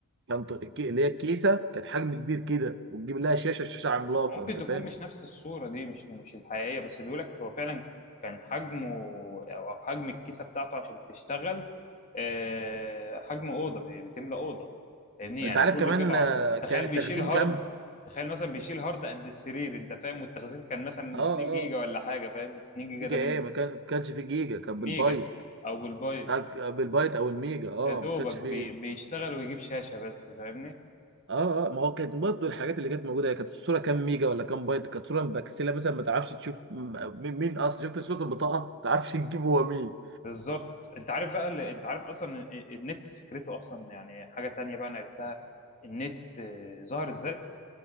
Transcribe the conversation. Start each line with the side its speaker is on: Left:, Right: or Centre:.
Right: كان ط- الك- اللي هي الكيسه كانت حجم كبير كده وتجيب لها شاشه شاشه عملاقه
Left: ممكن
Right: انت
Left: تكون
Right: فاهم
Left: مش نفس الصورة دي مش مش الحقيقية بس بيقولك هو فعلا كان حجمه أو أو حجم الكيسة بتاعته عشان تشتغل آه، حجم أوضة بي- بتملى أوضة فاهمني
Right: انت
Left: يعني
Right: عارف
Left: كل
Right: كمان
Left: قطعة
Right: آه، كان
Left: تخيل
Right: التخزين
Left: بيشيل هارد
Right: كام
Left: تخيل مثلا بيشيل هارد قد السرير أنت فاهم والتخزين كان مثلا
Right: اه اه
Left: 2 جيجا ولا حاجة فاهم 2 جيجا
Right: جيجا
Left: ده بالنسبة
Right: ايه ما كان ما كانش فيه جيجا كان
Left: ميجا
Right: بالبايت
Left: أو بالبايت
Right: آه، بالبايت او الميجا اه
Left: يا دوبك
Right: ما كانش
Left: بي-
Right: فيه
Left: بيشتغل ويجيب شاشة بس فاهمني
Right: اه اه ما هو كانت برضه الحاجات اللي كانت موجوده هي كانت الصوره كام ميجا ولا كام بايت كانت صوره مبكسله مثلا ما تعرفش تشوف م- مين مين اصلا شفت صوره البطاقه ما تعرفش تجيب هو مين
Left: بالظبط انت عارف بقى اللي انت عارف اصلا النت فكرته اصلا يعني حاجه تانية بقى انا عرفتها النت آه، ظهر ازاي